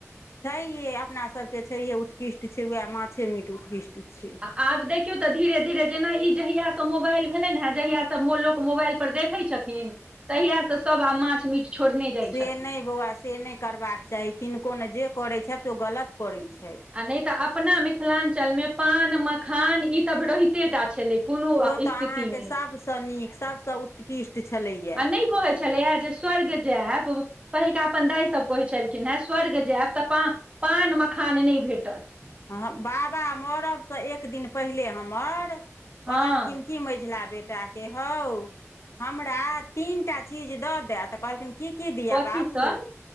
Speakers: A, on the left; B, on the right.
A: छैहे अपना सभके छैहे उत्कृष्ट छै उएह माछे मीट उत्कृष्ट छै।
B: आ आब देखियौ तऽ धीरे धीरे जेना ई जहिया से मोबाइल भेलेन ह जहिया स मो लोक मोबाइल। पर देखै छथिन तहिय सब आब माछ मीट- छोड़ने जाइ
A: से
B: छथिन
A: नहि बौआ से नहि करबाक चाही किनको ने जे करैत छथि ओ गलत करैत छैथ।
B: आ नहि तऽ अपना मिथिलांचल मे पान मखान ई तब रहिते टा छलै। कोनो
A: ओ तऽ
B: स्थितिमे
A: अहाँके सभसँ नीक सभसँ उत्कृष्ट छलैएा।
B: आ नहि कोहे छय। छले हे जे स्वर्ग जेआयब पहिलका अपन दाइ सब कहै छलखिन हे स्वर्ग जेआयब तऽ पां- पान मखान नहि भेटत।
A: ह बाबा मरबसँ एक दिन पहिले हमर
B: हँ
A: कहलखिन। क मैझला बेटा के हौ हमरा तीनटा चीज दऽ द तऽ कहलखिन की? की की दिया
B: कथी
A: बाबू
B: सब